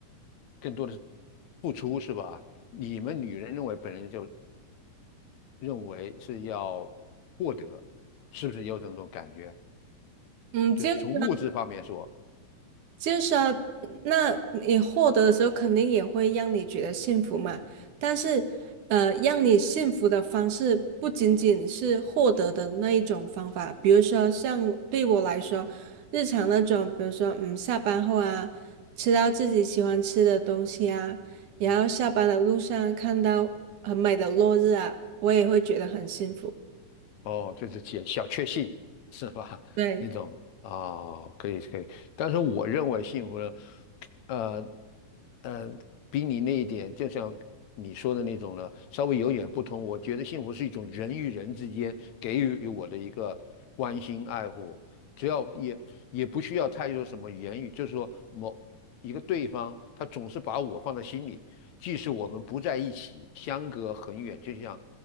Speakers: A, on the left; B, on the right.
A: 更多的是付出，是吧？你们女人认为本人就认为是要获得，是不是有这种感觉？
B: 嗯，
A: 就是从物质方面说。
B: 就是。就是啊，那你获得的时候，肯定也会让你觉得幸福嘛。但是，呃，让你幸福的方式不仅仅是获得的那一种方法，比如说像我对我来说，日常那种，比如说嗯，下班后啊，吃到自己喜欢吃的东西啊，然后下班的路上看到很美的落日啊，我也会觉得很幸福。
A: 哦，就是解小确幸是吧？<laughs>
B: 对
A: 那种啊，可以可以，但是我认为幸福呢，呃呃，比你那一点，就像你说的那种呢，稍微有点不同。我觉得幸福是一种人与人之间给予我的一个关心爱护，只要也也不需要太多什么言语，就是说某一个对方他总是把我放在心里，即使我们不在一起，相隔很远，就像